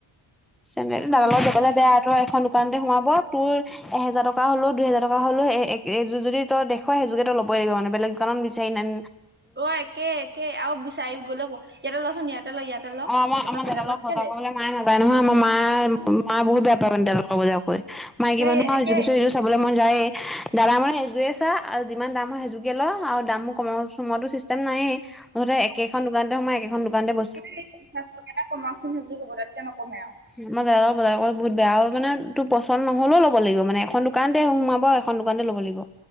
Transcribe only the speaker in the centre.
চেন্দেল
দাদা লগত
যাবলে বেয়া তোৰ এখন দোকানতে সোমাব তোৰ। এহেজাৰ টকা হলেও, দুহেজাৰ টকা হলেও এ এ এইযোৰ যদি তই দেখ সেযোকে তই লবই লাগিব মানে বেলেগ কাৰণ বিচাৰি নান
অ' আমা
আমাৰ
দাদা লগত বজাৰ
কৰিবলে মায়ে নাযায় নহয়। আমাৰ মায়ে, মা বহুত বেয়া পায় মানে দাদাৰ লগত বজাৰ কৰি মাইকী
মানুহৰ
যি বস্তু ইউজ চাবলে মন যাইয়ে দাদা মানে এযোৰে চা আৰু যিমান দাম হয় সেযোকে ল আৰু দামও কমাব কমোৱাটো চিষ্টে চান নাইয়েই মুঠতে একেখন দোকানতে সোমাই একেখন দোকানতে ব
আমাৰ দাদা লগত বজাৰ কৰিবলে বহুত বেয়া অ মানে তোৰ পচন্দ নহ'লেও ল'ব লাগিব মানে এখন দোকানতে সোমাব। এখন দোকানতে ল'ব লাগিব।